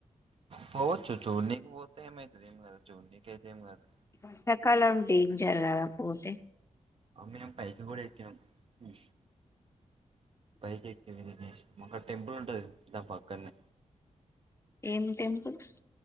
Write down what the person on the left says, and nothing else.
వర్షాకాలం డేంజర్ కదా పోతే
ఏం టెంపుల్